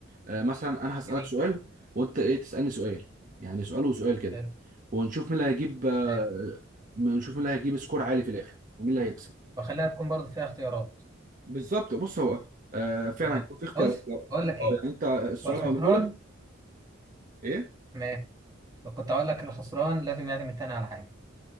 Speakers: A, on the right; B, on the right.
A: آه، مثلا انا هسالك
B: جميل
A: سؤال وانت ايه تسالني سؤال يعني سؤال وسؤال كده
B: حلو
A: ونشوف مين اللي هيجيب آه،
B: حلو
A: نشوف مين اللي هيجيب سكور عالي في الاخر ومين اللي هيكسب
B: وخليها تكون برضه فيها اختيارات
A: بالظبط بص هو آه فعلا
B: تمام
A: يكون في اختيارات
B: بص
A: لو-
B: بقول لك
A: اه
B: ايه
A: يعني انت السؤال
B: والخسران
A: هقوله لك ايه
B: ماشي كنت اقول لك الخسران لازم يعزم التاني على حاجه